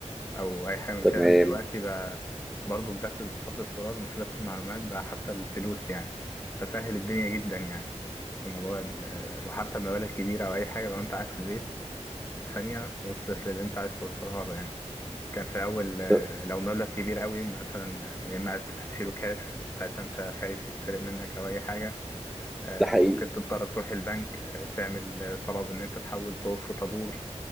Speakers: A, on the left; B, in the centre.
A: او اي حاجه من
B: تمام
A: كده دلوقتي بقى برضه بدخل ضغط السولار مش بس المعلومات بقى حتى الفلوس يعني فسهل الدنيا جدا يعني في موضوع ال- آه، وحتى بمبالغ كبيره او اي حاجه لو انت قاعد في البيت ثانيه وصلت للي انت عايز توصلها له يعني كان في الاول آه،
B: ده
A: لو مبلغ كبير قوي مثلا آه، يا اما هتشيله كاش وساعتها انت خايف يتسرق منك او اي حاجه آه،
B: ده حقيقي
A: فممكن تضطر تروح البنك آه، تعمل آه، طلب ان انت تحول تقف في طابور